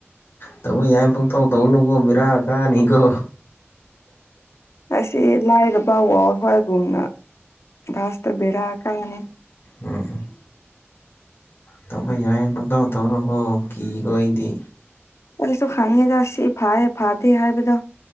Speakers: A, on the left; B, on the left.
A: ꯇꯧꯕ ꯌꯥꯏ ꯄꯨꯡꯇꯧ ꯇꯧꯅꯨꯀꯣ ꯕꯦꯔꯥ ꯀꯥꯅꯤꯀꯣ
B: ꯑꯁꯤ ꯂꯥꯏꯔꯕ ꯋꯥ꯭ꯔꯜꯗ ꯍꯣꯏꯒꯨꯝꯅ ꯂꯥꯁꯇ ꯕꯤꯔꯥ ꯀꯥꯏꯍꯦ
A: ꯎꯝ ꯇꯧꯕ ꯌꯥꯏꯅ ꯄꯡꯇꯧ ꯇꯧꯅꯨꯀꯣ ꯀꯤꯀꯣ ꯑꯩꯗꯤ
B: ꯑꯩꯁꯨ ꯈꯪꯉꯦꯗ ꯁꯤ ꯐꯥꯏꯌꯦ ꯐꯥꯗꯦ ꯍꯥꯏꯕꯗꯣ